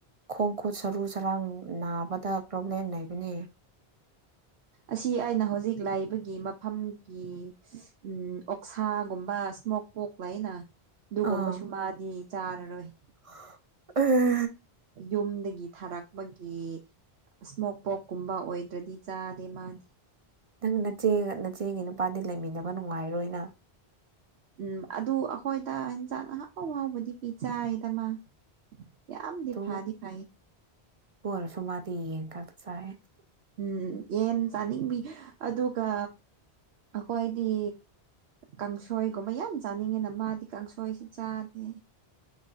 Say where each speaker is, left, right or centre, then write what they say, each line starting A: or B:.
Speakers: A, on the right (about 40°); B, on the right (about 85°).
A: ꯈꯣꯡ ꯈꯨꯠ ꯁꯔꯨ ꯁꯔꯥꯡ ꯅꯥꯕꯗ ꯄ꯭ꯔꯣꯕ꯭ꯂꯦꯝ ꯂꯩꯕꯅꯤ
B: ꯑꯁꯤ ꯑꯩꯅ ꯍꯧꯖꯤꯛ ꯂꯩꯕꯒꯤ ꯃꯐꯝꯒꯤ ꯎꯝ ꯑꯣꯛꯁꯥꯒꯨꯝꯕ ꯁꯃꯣꯛ ꯄꯣꯛ ꯂꯩꯅ ꯑꯗꯨꯒꯨꯝꯕꯁꯨ
A: ꯑꯥ
B: ꯃꯥꯗꯤ ꯆꯥꯔꯔꯣꯏ
A: <unintelligible>
B: ꯌꯨꯝꯗꯒꯤ ꯊꯥꯔꯛꯄꯒꯤ ꯁꯃꯣꯛ ꯄꯣꯛꯀꯨꯝꯕ ꯑꯣꯏꯗ꯭ꯔꯗꯤ ꯆꯥꯗꯦ ꯃꯥꯗꯤ
A: ꯅꯪ ꯅꯆꯦ ꯅꯆꯦꯒꯤ ꯅꯨꯄꯥꯗꯤ ꯂꯩꯃꯤꯟꯅꯕ ꯅꯨꯡꯉꯥꯏꯔꯣꯏꯅ
B: ꯎꯝ ꯑꯗꯨ ꯑꯍꯣꯏꯗ ꯏꯟꯖꯥꯡ ꯑꯍꯥꯎ ꯍꯥꯎꯕꯗꯤ ꯄꯤꯆꯥꯏꯗ ꯃꯥ ꯌꯥꯝꯗꯤ
A: ꯇꯨ
B: ꯐꯥꯗꯤ ꯐꯩ
A: ꯑꯗꯨ ꯑꯣꯏꯔꯁꯨ ꯃꯥꯗꯤ ꯌꯦꯡ ꯈꯛꯇ ꯆꯥꯏ
B: ꯎꯝ ꯌꯦꯟ ꯆꯥꯅꯤꯡꯕꯤ ꯑꯗꯨꯒ ꯑꯩꯈꯣꯏꯗꯤ ꯀꯥꯡꯁꯣꯏꯒꯨꯝꯕ ꯌꯥꯝ ꯆꯥꯅꯤꯡꯉꯤꯅ ꯃꯥꯗꯤ ꯀꯥꯡꯁꯣꯏꯁꯤ ꯆꯥꯗꯦ